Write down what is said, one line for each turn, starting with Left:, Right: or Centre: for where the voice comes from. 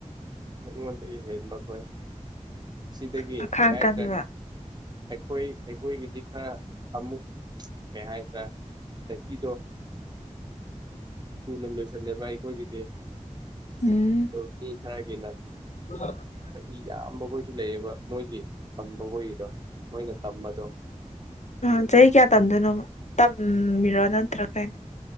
Right: ꯑꯩꯉꯣꯟꯗꯒꯤ ꯍꯦꯟꯕ ꯈꯣꯏ꯫ ꯁꯤꯗꯒꯤ
Left: ꯃꯈꯥꯡ
Right: ꯀꯩ ꯍꯥꯏꯇ꯭ꯔꯦ
Left: ꯀꯟꯕ
Right: ꯑꯩꯈꯣꯏ ꯑꯩꯈꯣꯏꯒꯤꯗꯤ ꯈꯔ ꯑꯃꯨꯛ ꯀꯩ ꯍꯥꯏꯗꯥꯏ꯫ ꯆꯥꯍꯤꯗꯣ ꯊꯨꯅ ꯂꯣꯏꯁꯤꯜꯂꯦꯕ ꯑꯩꯈꯣꯏꯒꯤꯗꯤ
Left: ꯎꯝ
Right: ꯑꯗꯣ ꯃꯤ ꯈꯔꯒꯤꯅ꯫
Left: <inaudible>
Right: ꯆꯍꯤ ꯌꯥꯝꯕꯈꯣꯏꯁꯨ ꯂꯩꯌꯦꯕ ꯃꯣꯏꯒꯤ ꯇꯝꯕꯈꯣꯏꯒꯤꯗꯣ ꯃꯣꯏꯅ ꯇꯝꯕꯗꯣ꯫
Left: ꯑꯝ ꯆꯍꯤ ꯀꯌꯥ ꯇꯝꯗꯣꯏꯅꯣꯕ ꯇꯝꯃꯤꯔꯥ ꯅꯠꯇ꯭ꯔꯥꯒ ꯀꯩꯅꯣ꯫